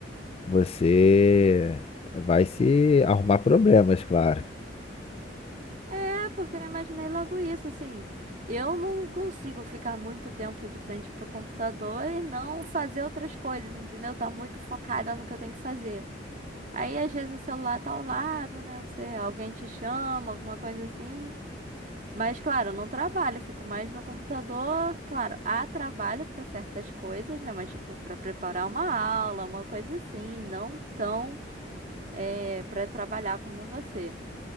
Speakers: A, on the left (about 35°); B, on the right (about 45°).
A: você vai se arrumar problemas, claro.
B: É, porque eu imaginei logo isso, assim. Eu não consigo ficar muito tempo de frente pro computador e não fazer outras coisas, entendeu? Tá muito focada no que eu tenho que fazer. Aí, às vezes, o celular tá ao lado, né? Você, alguém te chama, alguma coisa assim. Mas, claro, eu não trabalho, eu fico mais no computador. Claro, há trabalho para certas coisas, né? Mas, tipo, para preparar uma aula, uma coisa assim, não tão é, para trabalhar como você.